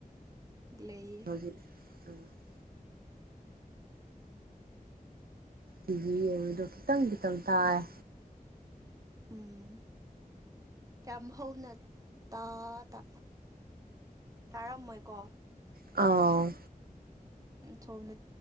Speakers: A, on the right (about 25°); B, on the right (about 85°).
A: ꯂꯩꯌꯦ
B: <unintelligible> <unintelligible> ꯈꯤꯇꯪ ꯈꯤꯇꯪ ꯇꯥꯏꯌꯦ
A: ꯎꯝ ꯀꯌꯥ ꯍꯥꯎꯅ ꯇꯥ ꯇꯥ ꯇꯥꯔꯝꯃꯣꯏꯀꯣ
B: ꯑꯥꯎ
A: ꯊꯣꯝꯅ